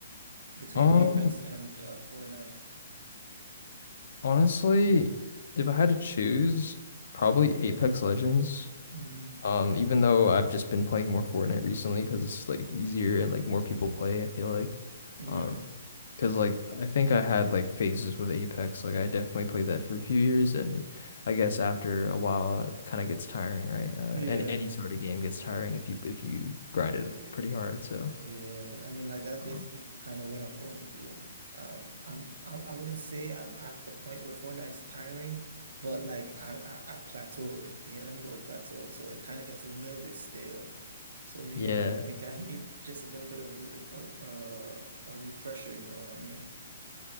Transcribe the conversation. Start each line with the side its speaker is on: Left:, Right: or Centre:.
Right: between
Left: Um,
Right: Apex and uh, Fortnite?
Left: honestly, if I had to choose, probably Apex Legends.
Right: Mm,
Left: Um, even though I've just been playing more Fortnite recently because it's like easier and like more people play, I feel like.
Right: yeah.
Left: Um, because like I think I had like phases with Apex. Like I definitely played that for a few years, and I guess after a while it kind of gets tiring, right? Uh,
Right: Yeah,
Left: and any sort of game gets tiring if you if you grind it
Right: yeah,
Left: pretty hard, so.
Right: yeah. I mean, like that's
Left: Um,
Right: basically kind of what I'm going through. Um, I'm, I, I wouldn't say I'm at the point where Fortnite is tiring, but like I, I, I plateaued. Yeah, let me go plateau. So it kind of gets a little bit stale. So yeah,
Left: yeah,
Right: I think I need just a little bit of a, a, a refresher. You know what I mean?